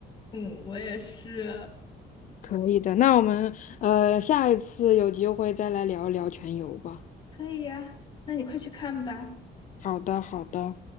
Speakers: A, on the left (about 30°); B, on the left (about 45°).
A: 嗯，我也是。
B: 可以的，那我们呃下一次有机会再来聊一聊《全游》吧。
A: 可以呀，那你快去看吧。
B: 好的，好的。